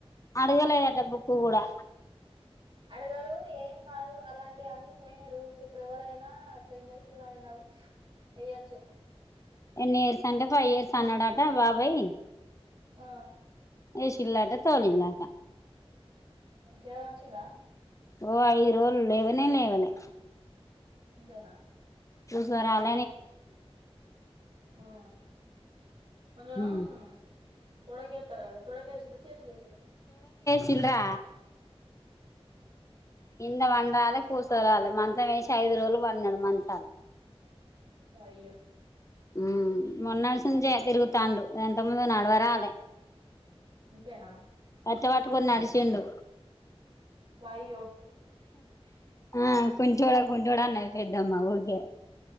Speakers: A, on the left; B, on the right.
A: అడగలేదట బుక్కు కూడా
B: అడగారు ఏం మారు అలాంటి అన్ని పోయిన రూల్స్ ఇప్పుడు ఎవరైనా అట్లా ఇంజెక్షన్ <unintelligible> వయ్యచ్చు
A: ఎనీ ఇయర్స్ అంట ఫైవ్ ఇయర్స్ అన్నడా <unintelligible> బాబాయ్
B: ఆ
A: ఎషిలంట తొలి అంట
B: జరం వచ్చిందా
A: ఓ ఐదు రోజులు లేవనే లేవలే
B: ఇదేనా
A: జ్వరాలు
B: ఊ కొంచంము
A: ఉమ్
B: తొడకు ఎతారు కదా, తొడకేశిల్ల, చేతికి ఎషిరా,
A: తీనరా కింద పండ రాలే కుసో రాలే మంచమేసి ఐదు రోజులు, పన్నెడు మంచాల
B: అయ్యో.
A: హు మొన్నటి సూచ్చే, తిరుగుతాండు. అంతకు ముందు నడవ రాలే.
B: ఇంతేనా
A: కట్టే పట్టుకొని నడిసిండు.
B: అయ్యో
A: ఆ కుంటోడా కుంటోడా అన్నది పెద్దమ్మ. ఊకె.